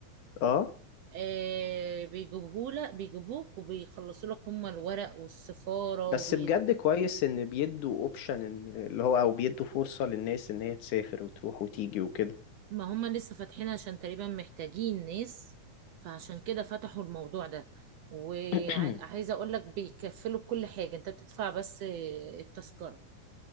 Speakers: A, on the left (about 75°); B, on the right (about 70°).
A: اه
B: آه بيجيبوه لك بيجيبوك وبيخلصوا لك هم الورق والسفارة
A: بس
B: وبي...
A: بجد كويس ان بيدوا اوبشن ان اللي هو او بيدوا فرصة للناس ان هي تسافر وتروح وتيجي وكده
B: ما هم لسه فاتحين عشان تقريبا محتاجين ناس فعشان كده فتحوا الموضوع ده وعايزة
A: <clears throat>
B: اقول لك بيكفلوا كل حاجة انت بتدفع بس آه، التذكرة